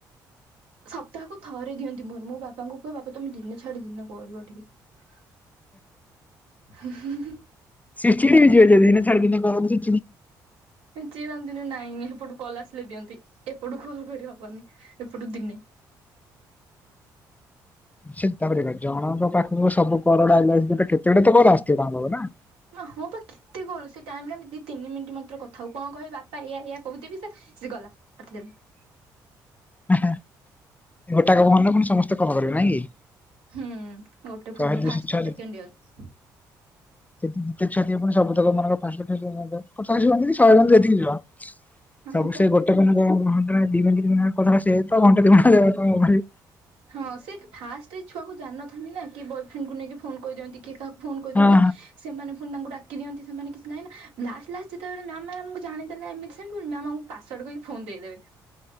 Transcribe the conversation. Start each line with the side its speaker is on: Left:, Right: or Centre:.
Right: ସପ୍ତାହକୁ ଥରେ ଦିଅନ୍ତି ମୋହର ମୋ ବାପାଙ୍କୁ କୁହ ବାପା ତମେ ଦିନେ ଛାଡି ଦିନେ କରିବ ଟିକେ ହ <unintelligible>
Left: ସେ ଚିଡି ବି ଯିବେ ଯେ ଦିନେ ଛାଡ଼ି ଦିନେ କରନ୍ତି
Right: ସେ ଚିଡ଼ନ୍ତିନି ନାଇଁ ଏପଟୁ କଲ୍ ଆସିଲେ ଦିଅନ୍ତି ଏପଟୁ କଲ୍ କରି ହବନି ଏପଟୁ ଦିନେ
Left: ସେ ତାପରେ ଜଣଙ୍କ ପାଖକୁ ସବୁ କଲ ଗୁଡା ଆଇଲା ବେଳକୁ କେତେ ଗୁଡ଼େ ତ କଲ ଆସୁ ଥିବନା
Right: ହଁ ବା କେତେ କଲ୍ ସେ ଟାଇମ ରେ ଆମେ ଦି ତିନି ମିନିଟ୍ ମାତ୍ର କଥା ହଉ କଣ କହେ ବାପା ୟା ୟା କହିହୁଥିବି ସେ ସେ ଗଲା ଆସଥିଲେ ବି
Left: ହଁ ହଁ ଗୋଟା ଫନ ରେ ପୁଣି ସମସ୍ତେ କଲ କରିବେ ନାଇଁ କି
Right: ହୁଁ ଗୋଟେ
Left: ଶହେ
Right: ଫନ ରେ
Left: ଦୁଇଶହ
Right: ଫାଷ୍ଟ
Left: ଛୁଆ
Right: ଇୟର ସେକେଣ୍ଡ ଇୟର
Left: ସେି ଯେତେ ଛ ସବୁ ଲୋକ ମାନଙ୍କ ଫାଚଶୀ କି ଶହେ ବି ଯେତିକି ଯ <unintelligible> ସବୁ
Right: ହଁ ପା
Left: ସେ ଗଟେ ଘଣ୍ଟ ଦନ କଥା ସେ ତ ଘଣ୍ଟାା <unintelligible>
Right: ହଁ ସେଠ ଫାଷ୍ଟ ଏଇ ଛୁଆକୁ ଜାଣିନଥାନ୍ତି ନା କିଏ ବୟ ଫ୍ରେଣ୍ଡକୁ ନେଇକି ଫୋନ କରିଦିନ୍ତି କିଏ କାହାକୁ ଫୋନ କରିଦିଅନ୍ତି
Left: ହଁ
Right: ସେମାନେ ପୁଣି ତାଙ୍କୁ ଡା କି ଦଅନ୍ତି ସେମାନେ କିଛି ନାଇଁ ନା ଲାଷ୍ଟ ଲାଷ୍ଟ ଯେତେବେଳେ ମ୍ୟାମ ମ ଆମକୁ ଜାଣିଦେଲେ ଏମିତି ସେମିତି ମ୍ୟାମ୍ ଆ ପାସୱାର୍ଡ କହିକି ଫୋନ ଦେଇଦେବେ